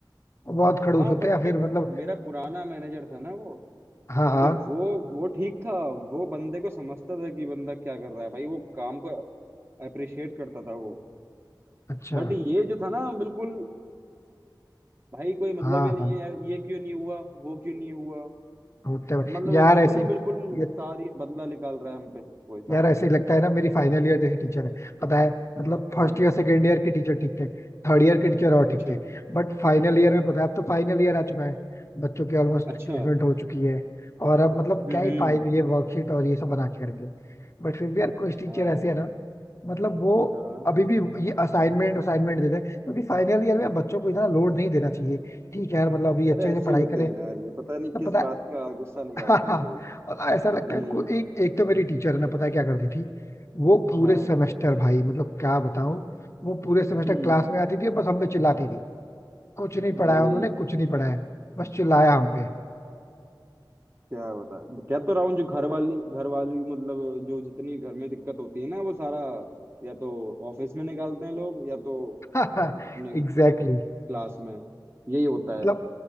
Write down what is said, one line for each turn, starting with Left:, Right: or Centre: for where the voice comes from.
Left: बहुत खड़ूस
Right: हाँ
Left: होते
Right: बट
Left: हैं या फिर
Right: जो
Left: मतलब
Right: मेरा पुराना मैनेजर था ना वो
Left: हाँ हाँ
Right: तो वो वो ठीक था वो बंदे को समझता था कि बंदा क्या कर रहा है भाई वो काम को अप्रिशिएट करता था वो
Left: अच्छा
Right: बट ये जो था ना बिल्कुल भाई कोई मतलब
Left: हाँ
Right: ही नहीं
Left: हाँ
Right: है ये क्यों नहीं हुआ वो क्यों नहीं हुआ
Left: होते हैं भाई।
Right: मतलब
Left: यार
Right: ये कहते
Left: ऐसे
Right: हैं ना बिल्कुल
Left: ये-
Right: सारी बदला निकाल रहा है हम पे वही था
Left: यार ऐसे ही लगता है ना मेरी फाइनल ईयर जैसे टीचर है पता है मतलब फर्स्ट
Right: हाँ
Left: ईयर सेकेंड ईयर के टीचर ठीक थे थर्ड ईयर के टीचर और ठीक
Right: अच्छा
Left: थे बट फाइनल ईयर में पता है अब तो फाइनल ईयर आ चुका है बच्चों की ऑलमोस्ट
Right: अच्छा
Left: प्लेसमेंट
Right: हम्म
Left: हो चुकी है और अब मतलब
Right: हम्म,
Left: क्या ही फाइनल ये वर्कशीट और ये सब बना के करेंगे बट फिर भी यार कुछ टीचर
Right: हाँ
Left: ऐसे है ना मतलब वो
Right: हाँ
Left: अभी भी ये असाइनमेंट असाइनमेंट देते हैं क्योंकि फाइनल ईयर में अब बच्चों को इतना लोड नहीं देना चाहिए ठीक है यार मतलब अभी अच्छे
Right: अरे
Left: से
Right: ऐसे
Left: पढ़ाई
Right: ही होते
Left: करें
Right: हैं यार ये पता
Left: ना
Right: नहीं किस
Left: पता है।
Right: बात का गुस्सा निकालते
Left: <laughs> हाँ हाँ
Right: हैं ये लोग
Left: मतलब ऐसा लगता
Right: हम्म
Left: है को, एक एक तो मेरी टीचर है ना पता है क्या करती थी वो पूरे
Right: हाँ
Left: सेमेस्टर भाई मतलब क्या बताऊं वो पूरे सेमेस्टर
Right: हम्म
Left: क्लास में आती थी और बस हम पे चिल्लाती थी कुछ नहीं
Right: तो
Left: पढ़ाया
Right: वही
Left: उन्होंने कुछ नहीं पढ़ाया बस चिल्लाया हम पे
Right: क्या बता कह तो रहा हूँ जो घर वाली घर वाली मतलब जो जितनी घर में दिक्कत होती है ना वो सारा या तो ऑफिस में निकालते हैं लोग या तो
Left: <laughs>
Right: अपने
Left: एग्जैक्टली exactly.
Right: क्लास में यही होता
Left: मतलब
Right: है